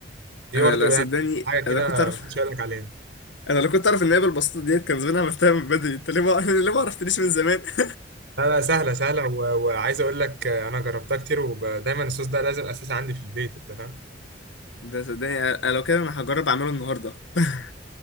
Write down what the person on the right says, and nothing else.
دي
برضه
يعني حاجه كده
محدش يقول لك عليها
لا لا سهله سهله و... وعايز اقول لك آه، انا جربتها كتير ودايما الصوص ده لازم اساسي عندي في البيت انت فاهم